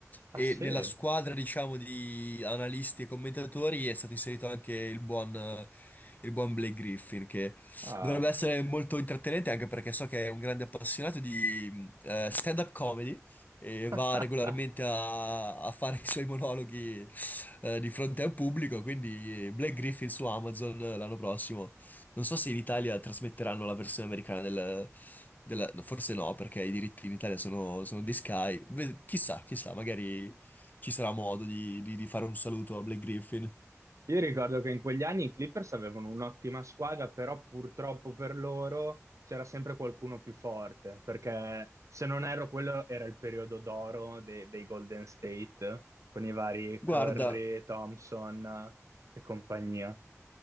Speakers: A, on the right (about 75°); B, on the left (about 35°).
A: ah
B: E
A: sì,
B: nella squadra, diciamo, di analisti e commentatori è stato inserito anche il buon, eh, il buon Blake Griffin, che
A: ah.
B: dovrebbe essere molto intrattenente anche perché so che è un grande appassionato di eh, stand-up comedy e va
A: <laughs>
B: regolarmente a, a fare i suoi monologhi eh, di fronte al pubblico, quindi Black Griffin su Amazon eh, l'anno prossimo. Non so se in Italia trasmetteranno la versione americana del... della- no, forse no, perché i diritti in Italia sono, sono di Sky. Ve- Chissà, chissà, magari ci sarà modo di, di di fare un saluto a Black Griffin.
A: Io ricordo che in quegli anni i Clippers avevano un'ottima squadra, però purtroppo per loro c'era sempre qualcuno più forte, perché se non ero quello era il periodo d'oro de- dei Golden State, con i vari
B: Guarda.
A: Curry, Thompson eh, e compagnia.